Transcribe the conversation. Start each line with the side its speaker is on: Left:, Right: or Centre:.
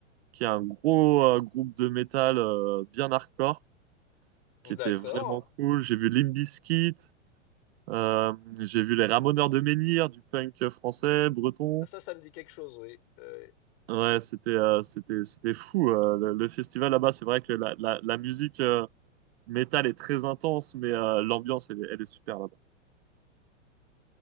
Right: qui est un gros
Left: Oui.
Right: euh, groupe de métal euh, bien hardcore, qui était
Left: D'accord.
Right: vraiment cool. J'ai vu Limp Bizkit. Euh, j'ai vu les Ramoneurs de Menhir, du punk français, breton.
Left: Ah, Ça, ça me dit quelque chose, oui. Euh,
Right: Ouais, c'était euh, c'était c'était fou. euh, le, le festival là-bas, c'est vrai que la, la, la musique euh, métal est très intense, mais euh, l'ambiance elle, est- elle est super là-bas.